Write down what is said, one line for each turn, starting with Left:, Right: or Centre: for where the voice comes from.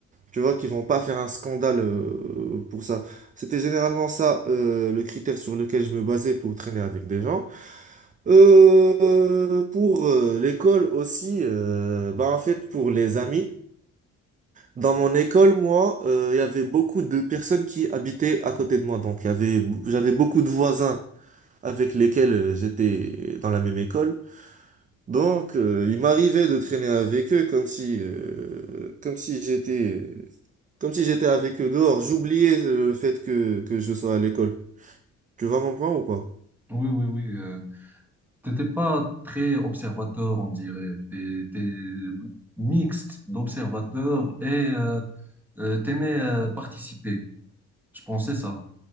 Right: Tu vois qu'ils vont pas faire un scandale euh, pour ça. C'était généralement ça euh, le critère sur lequel je me basais pour traîner avec des gens. Euh, pour euh, l'école aussi, euh, bah en fait pour les amis. Dans mon école, moi, euh, il y avait beaucoup de personnes qui habitaient à côté de moi. Donc il y avait, j'avais beaucoup de voisins avec lesquels euh, j'étais dans la même école. Donc, euh, il m'arrivait de traîner avec eux comme si, euh, comme si j'étais, euh, comme si j'étais avec eux dehors. J'oubliais euh, le fait que, que je sois à l'école. Tu vas comprendre ou pas?
Centre: Oui, oui, oui. euh, T'étais pas très observateur, on dirait. T'es, t'es mixte d'observateur et euh, euh, t'aimais euh, participer. Je pensais ça.